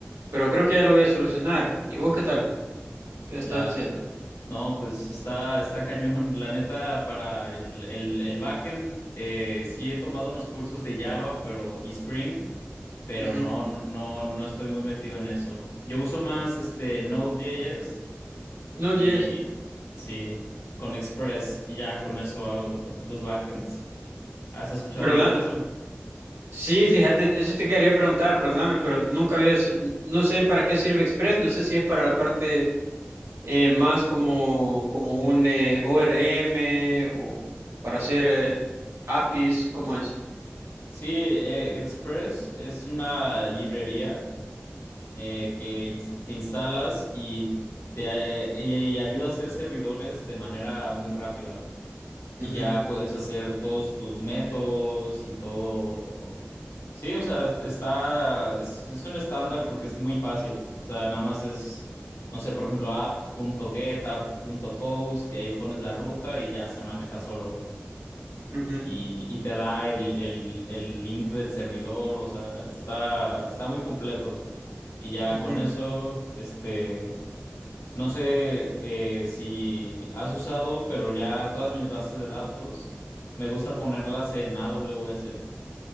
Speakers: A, on the right (about 80°); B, on the left (about 80°).
A: Pero creo que ya lo voy a solucionar. ¿Y vos qué tal? ¿Qué
B: Ya.
A: estás haciendo?
B: No, pues está, está cañón. La neta, para el, el, el backend, eh, sí he tomado unos cursos de Java, pero y Spring, pero
A: No,
B: no, no, no estoy muy metido en eso. Yo uso más este Node.js
A: Node.js.
B: y sí, con Express y ya con eso hago los backends. ¿Has escuchado
A: ¿verdad?
B: hablar de eso?
A: Sí, fíjate, eso te quería preguntar, perdóname, pero nunca había, s- no sé para qué sirve Express, no sé si es para la parte eh, más como, como un eh, ORM o para hacer eh, APIs, ¿cómo es?
B: Sí, eh, Express es una librería. eh, que, ins- que instalas y te eh, y- y ayuda a hacer servidores de manera muy rápida.
A: Ujú,
B: Y ya puedes hacer todos tus métodos y todo. Sí, o sea, es- está, es, es un estándar porque es muy fácil. O sea, nada más es, no sé, por ejemplo, app.get, app.post y ahí pones la ruta y ya se maneja solo
A: ujú,
B: y, y te da el, el, el link del servidor, o sea, está, está muy completo. Y ya
A: ujú,
B: con eso, este, no sé eh, si has usado, pero ya todas mis bases de datos me gusta ponerlas en AWS.